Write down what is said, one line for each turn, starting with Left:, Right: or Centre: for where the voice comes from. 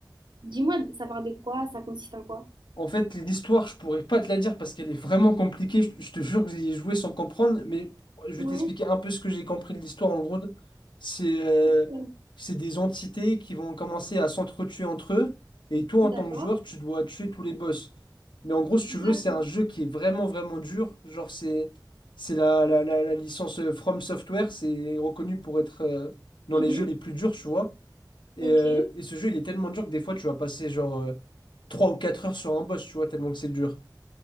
Right: dis-moi, ça parle de quoi? Ça consiste en quoi?
Left: En fait, l'histoire, je pourrais pas te la dire parce qu'elle est vraiment compliquée. Je, je te jure que j'ai joué sans comprendre, mais je
Right: Ouais,
Left: vais t'expliquer un peu ce que j'ai compris de l'histoire. En gros, c'est euh,
Right: ok.
Left: c'est des entités qui vont commencer à s'entretuer entre eux, et toi,
Right: D'accord.
Left: en tant que joueur, tu dois tuer tous les boss. Mais en gros, si tu veux,
Right: D'accord.
Left: c'est un jeu qui est vraiment, vraiment dur. Genre, c'est c'est la, la, la, la licence euh, From Software, c'est reconnu pour être euh, dans
Right: Mhm.
Left: les jeux les plus durs, tu vois. Et,
Right: Ok.
Left: euh, et ce jeu, il est tellement dur que des fois, tu vas passer genre euh, 3 ou 4 heures sur un boss, tu vois, tellement que c'est dur.